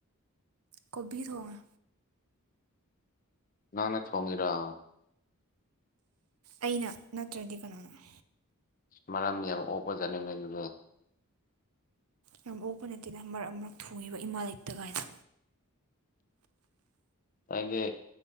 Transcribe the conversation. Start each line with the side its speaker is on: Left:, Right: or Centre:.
Right: ꯀꯣꯕꯤ ꯊꯉ
Left: ꯅꯅꯦ ꯊꯣꯡꯉꯔ
Right: ꯑꯩꯅ ꯅꯠꯇ꯭ꯔꯗꯤ ꯀꯩꯅꯣꯅ
Left: ꯃꯔꯝ ꯌꯥꯝ ꯑꯣꯄꯖꯥꯅꯅꯦ ꯑꯗꯨ
Right: ꯌꯥꯝ ꯑꯣꯛꯄ ꯅꯠꯇꯦꯅ ꯃꯔꯛ ꯃꯔꯛ ꯊꯨꯉꯕ ꯏꯃꯥ ꯂꯩꯇ ꯀꯥꯏꯅ
Left: <inaudible> <inaudible> ꯑꯩꯁꯦ